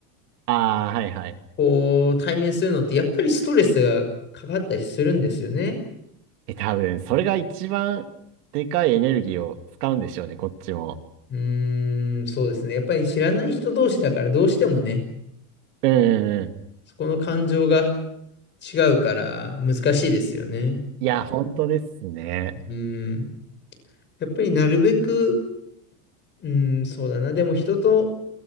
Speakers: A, on the right (about 80°); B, on the left (about 25°).
A: ああ、はいはい。
B: こう、対面するのって、やっぱりストレスがかかったりするんですよね。
A: え、多分それが一番でかいエネルギーを使うんでしょうね、こっちも。
B: うーん、そうですね。やっぱり知らない人同士だから、どうしてもね、
A: うんうんうん。
B: そこの感情が違うから難しいですよね。
A: いや、本当ですね。
B: うん。やっぱりなるべく、うん、そうだな。でも人と、